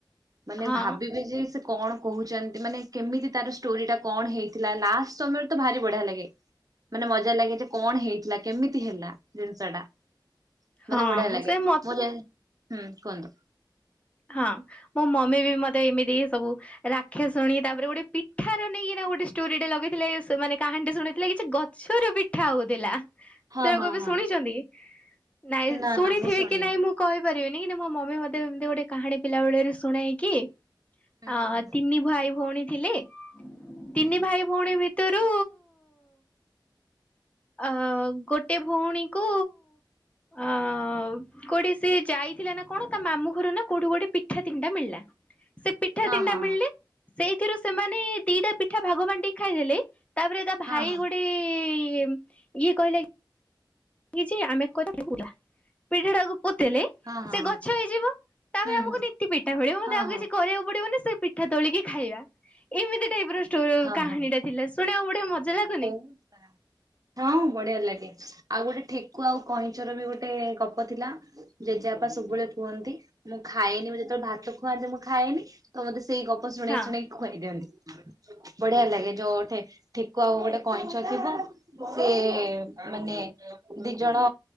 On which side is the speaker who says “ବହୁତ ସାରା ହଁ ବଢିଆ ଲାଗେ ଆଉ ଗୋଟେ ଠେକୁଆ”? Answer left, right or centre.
Right